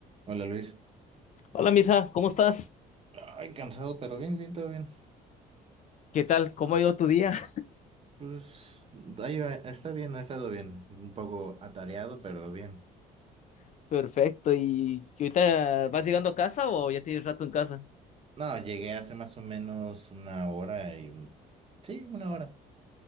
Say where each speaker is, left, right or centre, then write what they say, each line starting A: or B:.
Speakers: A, on the right (about 35°); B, on the left (about 45°).
A: Hola Luis.
B: Hola, Misa, ¿cómo estás?
A: Ay, cansado, pero bien, bien, todo bien.
B: ¿Qué tal? ¿Cómo ha ido tu día?
A: Pues ahí va, está bien, ha estado bien. Un poco atareado, pero bien.
B: <laughs> Perfecto. ¿Y ahorita vas llegando a casa o ya tienes rato en casa?
A: No, llegué hace más o menos una hora y... Sí, una hora.